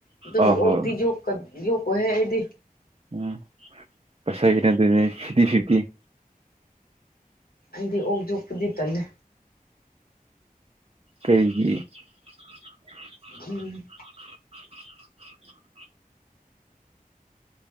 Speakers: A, on the left (about 80°); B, on the right (about 40°).
A: ꯑꯗꯨꯕꯨ
B: ꯑꯧ
A: ꯑꯣꯛꯇꯤ
B: ꯍꯣꯏ
A: ꯌꯣꯛ ꯌꯣꯛꯑꯣꯢꯍꯦ ꯑꯩꯗꯤ
B: ꯎꯝ ꯄꯩꯁꯥꯏꯒꯤ ꯅꯠꯇꯦꯗ ꯁꯤꯒꯤꯁꯤꯗꯤ
A: ꯑꯩꯗꯤ ꯑꯣꯛ ꯌꯣꯛꯄꯗꯤ ꯇꯜꯂꯦ
B: ꯀꯩꯒꯤ <inaudible>
A: ꯎꯝ
B: <inaudible>